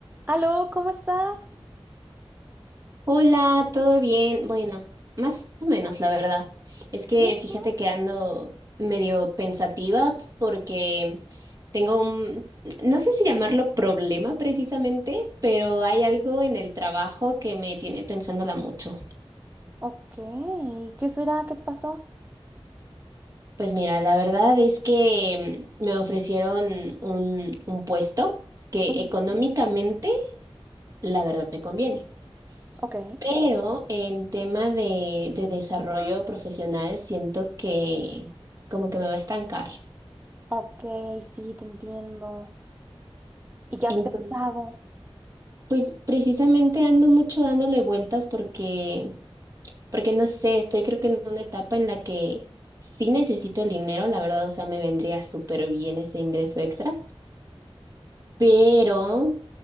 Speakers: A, on the right (about 20°); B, on the right (about 35°).
A: Aló, ¿cómo estás?
B: Hola, ¿todo bien? Bueno, más o menos, la verdad. Es que
A: ¿Y esto?
B: fíjate que ando medio pensativa porque tengo un, no sé si llamarlo problema precisamente, pero hay algo en el trabajo que me tiene pensándola mucho.
A: Ok, ¿qué será? ¿Qué te pasó?
B: Pues mira, la verdad es que mm, me ofrecieron un, un puesto que
A: Ujú.
B: económicamente, la verdad, me conviene.
A: Ok,
B: Pero en tema de, de desarrollo profesional, siento que como que me va a estancar.
A: ok, sí, te entiendo. ¿Y qué has
B: Entonces,
A: pensado?
B: pues precisamente ando mucho dándole vueltas porque, porque no sé, estoy creo que en una etapa en la que sí necesito el dinero, la verdad, o sea, me vendría súper bien ese ingreso extra, pero